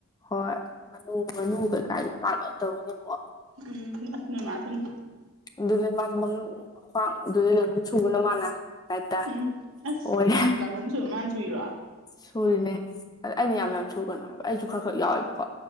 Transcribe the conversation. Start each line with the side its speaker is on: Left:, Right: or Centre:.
Left: ꯍꯣꯏ ꯉꯥꯅꯨ ꯉꯥꯅꯨ ꯀꯩꯀꯥꯒꯤ ꯃꯥ ꯂꯣꯏ ꯇꯧꯔꯤꯅꯦ ꯑꯃꯨꯛ
Right: ꯎꯝ ꯅꯣꯏ ꯃꯥꯁꯨꯅꯤ
Left: ꯑꯗꯨꯅꯦ ꯃꯥꯖꯨ ꯃꯝ ꯃꯈ꯭ꯋꯥꯡ ꯑꯗꯨꯗꯩ ꯂꯩꯃꯟ ꯁꯨꯕꯅ ꯃꯥꯅ ꯍꯥꯏꯠꯇ
Right: ꯎꯝ ꯑꯁ
Left: ꯑꯣꯏꯔꯦ
Right: ꯂꯪꯒꯝ ꯁꯨꯕ ꯃꯥꯅ ꯁꯨꯏꯔꯣ
Left: ꯁꯨꯔꯤꯅꯦ ꯑꯗ ꯑꯩꯅ ꯌꯥꯝ ꯌꯥꯝ ꯁꯨꯒꯅꯨ ꯍꯥꯏꯕ ꯑꯩꯁꯨ ꯈꯔ ꯈꯔꯠ ꯌꯥꯎꯋꯦꯕꯀꯣ